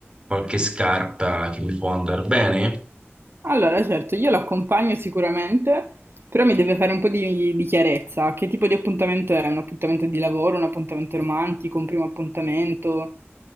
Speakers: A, on the right; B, on the right.
A: qualche scarpa che mi può andare bene.
B: Allora, certo, io l'accompagno sicuramente, però mi deve fare un po' di, di chiarezza. Che tipo di appuntamento è? Un appuntamento di lavoro, un appuntamento romantico, un primo appuntamento?